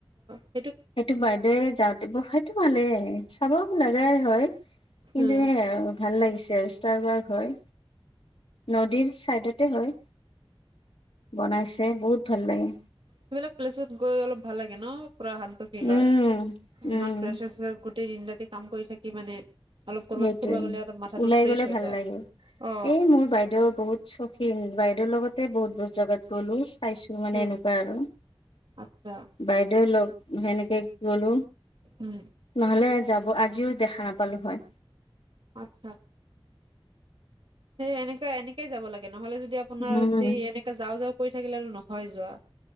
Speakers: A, on the right; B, on the left.
A: অ
B: সেইটো বাইদেৱে যাওঁতে ব সেইটো ভালে চাব লগাই হয়। কিন্তু
A: উম
B: এ ভাল লাগিছে আৰু ষ্টাৰবাৰ হয়। নদীৰ চাইডতে হয় বনাইছে বহুত ভাল লাগে।
A: সিবিলাক প্লেছত গৈ অলপ ভাল লাগে ন? পুৰা শান্ত ফিল
B: উম
A: হয়,
B: উম
A: ইমান প্ৰেচাৰ চেঁচা গোটেই দিন ৰাতি কাম কৰি থাকি মানে- অলপ কৰবাত
B: সেইটোৱে
A: ফৰব গ'লে মথাটো
B: ওলাই
A: ফ্ৰেছ
B: গলে
A: হৈ
B: ভাল
A: যায়
B: লাগে
A: অ
B: এই মোৰ বাইদেউৰ বহুত চখীন বাইদেউৰ লগত, বহুত বহুত জেগাত গ'লো চাইছো মানে
A: উম।
B: এনেকুৱা আৰু
A: আচ্ছা
B: বাইদেউ লগ সেনেকে গলো
A: উম
B: নহলে যাব আজিও দেখা নাপালো হয়
A: আতচ্ছা আচ্ছা স এনেকা এনেকাই যাব লাগে নহলে যদি আপোনাৰ
B: উম
A: যদি এনেকে যাওঁ যাওঁ কৰি থাকিলে আৰু নহয় যোৱা।